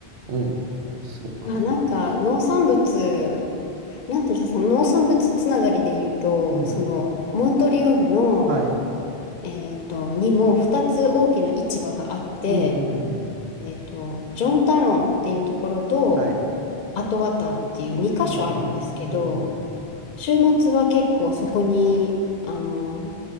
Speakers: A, on the right (about 80°); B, on the left (about 55°).
A: うん。すごかった。
B: あ、なんか農産物、なんていうの、その農産物つながりで言うと、
A: うん。
B: その、モントリオールの、
A: はい。
B: えーと、にも2つ大きな市場があって、
A: うんうんうんうん。
B: えーと、ジョンタロンっていうところと、
A: はい。
B: アトワターっていう2箇所あるんですけど、
A: うん。うんうんうん。
B: 週末は結構そこに、あの、